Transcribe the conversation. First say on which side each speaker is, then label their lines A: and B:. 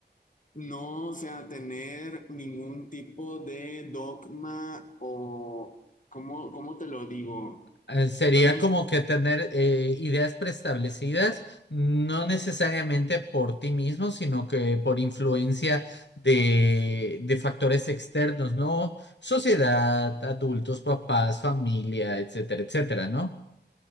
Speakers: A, on the left (about 45°); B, on the left (about 80°).
A: no, o sea, tener ningún tipo de dogma o, ¿cómo, cómo te lo digo?
B: Eh, Sería
A: No es
B: como que tener eh, ideas preestablecidas, no necesariamente por ti mismo, sino que por influencia de, de factores externos, ¿no? Sociedad, adultos, papás, familia, etcétera, etcétera, ¿no?